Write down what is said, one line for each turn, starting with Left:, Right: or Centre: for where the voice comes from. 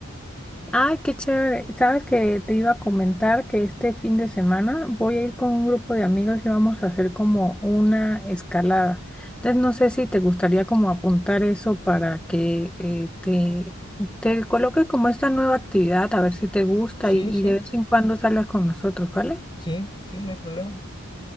Centre: Ay, qué chévere. Sabes que te iba a comentar que este fin de semana voy a ir con un grupo de amigos y vamos a hacer como una escalada. Entonces no sé si te gustaría como apuntar eso para que eh, te, te coloque como esta nueva actividad, a ver si te gusta
Left: Sí,
Centre: y, y
Left: sí,
Centre: de vez en cuando salgas con nosotros, ¿vale?
Left: sí, sí, no hay problema.